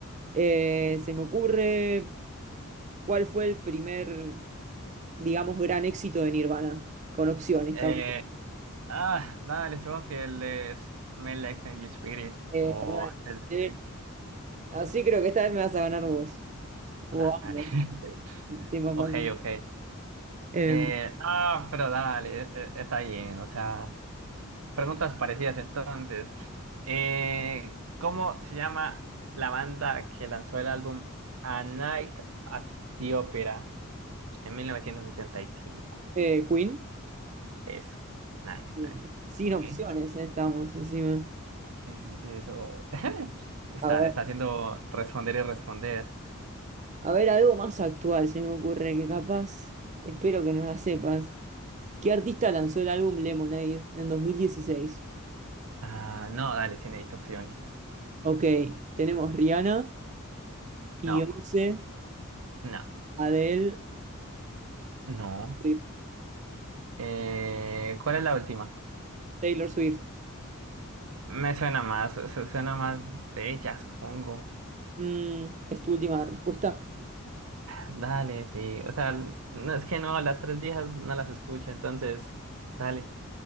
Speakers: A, on the right (about 35°); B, on the right (about 70°).
A: Eh, se me ocurre, ¿cuál fue el primer, digamos, gran éxito de Nirvana? Con opciones,
B: Eh,
A: está.
B: ah, dale, supongo que les me Like Teen Spirit
A: Eh,
B: o
A: bueno,
B: antes
A: sí.
B: de-
A: Así creo que esta vez me vas a ganar vos.
B: Dale.
A: O ambos.
B: <laughs>
A: Sí, más fácil.
B: Ok, ok.
A: Em,
B: Eh, ah, pero dale, eh, eh, está bien, o sea. Preguntas parecidas entonces. Eh, ¿cómo se llama la banda que lanzó el álbum A Night at the Opera en 1975?
A: eh, Queen.
B: Eso. Nice,
A: Sí.
B: nice.
A: Sin
B: ¿Sigue?
A: opciones eh, estamos encima.
B: Eh, sí, eso <laughs> está,
A: A ver,
B: está haciendo responder y responder.
A: a ver, algo más actual se me ocurre que capaz, espero que no la sepas. ¿Qué artista lanzó el álbum Lemonade en dos mil dieciséis
B: Ah, no, dale, sí necesito opciones.
A: Ok, tenemos Rihanna, Beyoncé,
B: No, no,
A: Adele,
B: no.
A: Swift,
B: Eh, ¿cuál es la última?
A: Taylor Swift.
B: Me suena más, su- suena más de ella, supongo.
A: Mm, ¿es tu última respuesta?
B: Dale, sí. O sea, no es que no, las tres viejas no las escucho, entonces, dale.